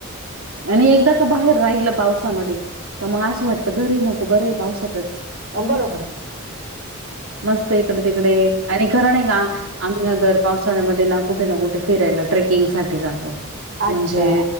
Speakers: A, on the right; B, on the right.
A: आणि एकदा का बाहेर राहिल पावसामध्ये, तर मग असं वाटतं घरी नको बरं ये पावसातच.
B: बरोबर ये.
A: मस्त इकडे तिकडे आणि खरं नाही का, आम्ही ना दर पावसाळ्यामध्येना कुठे ना कुठे, फिरायला ट्रेकिंग साठी जातो
B: अच्छा
A: म्हणजे,